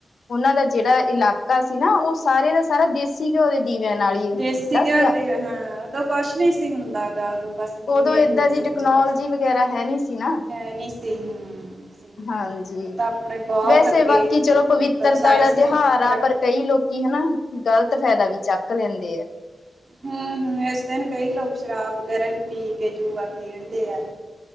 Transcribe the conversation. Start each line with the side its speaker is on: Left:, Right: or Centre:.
Left: ਉਹਨਾਂ ਦਾ ਜਿਹੜਾ ਇਲਾਕਾ ਸੀ ਨਾ ਉਹ ਸਾਰੇ ਦਾ ਸਾਰਾ। ਦੇਸੀ ਘਿਓ ਦੇ ਦੀਵਿਆਂ ਨਾਲ ਹੀ ਉਹ
Right: ਦੇਸੀ
Left: ਕੀਤਾ
Right: ਘਿਓ
Left: ਸੀਗਾ
Right: ਦੇ ਦੀਵੇ ਹਾਂ ਉਦੋਂ ਕੁਛ ਨਹੀਂ ਸੀ ਹੁੰਦਾ ਹੈਗਾ ਉਦੋਂ ਬਸ ਦੀਵੇ
Left: ਉਦੋਂ ਏਦਾਂ
Right: ਹੁੰਦੇ ਸੀ
Left: ਦੀ ਟੈਕਨੋਲੋਜੀ
Right: ਉਹ ਚ ਬਸ
Left: ਵਗੈਰਾ ਹੈ ਨੀ ਸੀ ਨਾ
Right: ਹੈ ਨਹੀਂ ਸੀ ਹੂੰ ਸਹੀ ਗੱਲ
Left: ਹਾਂਜੀ
Right: ਆ ਹੁਣ ਤਾਂ ਆਪਣੇ ਬਹੁਤ
Left: ਵੈਸੇ
Right: ਅੱਗੇ
Left: ਬਾਕੀ ਚਲੋ ਪਵਿੱਤਰਤਾ
Right: ਮਤਲਬ ਸਾਇੰਸ
Left: ਦਾ ਤਿਉਹਾਰ
Right: ਨੇ
Left: ਆ
Right: ਤਰੱਕੀ
Left: ਪਰ ਕਈ ਲੋਕੀ ਹਨਾ ਗ਼ਲਤ ਫਾਇਦਾ ਵੀ ਚੱਕ ਲੈਂਦੇ ਆ।
Right: ਹਮ ਹਮ ਇਸ ਦਿਨ ਕਈ ਲੋਕ ਸ਼ਰਾਬ ਵਗ਼ੈਰਾ ਵੀ ਪੀ ਕੇ ਜੂਆ ਖੇਡਦੇ ਆ।